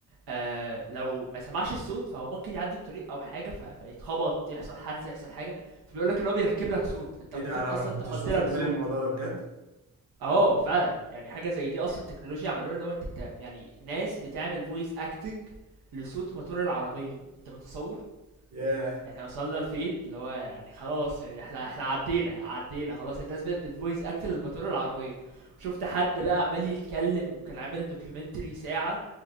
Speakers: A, on the right; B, on the right.
A: آه لو ما سمعش الصوت فهو ممكن يعدي الطريق او حاجه ف... فيتخبط يحصل حادثه يحصل حاجه فبيقول لك ان هو بيركب لك صوت فانت
B: ايه
A: ممكن
B: ده انا
A: اصلا
B: ما كنتش
A: تحط
B: واخد
A: لك
B: بالي
A: صوت
B: من الموضوع ده بجد
A: اه فعلا يعني حاجه زي دي اصلا تكنولوجيا عملوها اللي هو انت انت يعني ناس بتعمل فويس اكتنج لصوت موتور العربيه انت متصور
B: ياه
A: يعني احنا وصلنا لفين اللي هو يعني خلاص يعني احنا احنا عدينا عدينا خلاص الناس بقت بتفويس اكت للموتور العربيه شفت حد بقى عمال يتكلم وكان عامل دوكيومنتري ساعه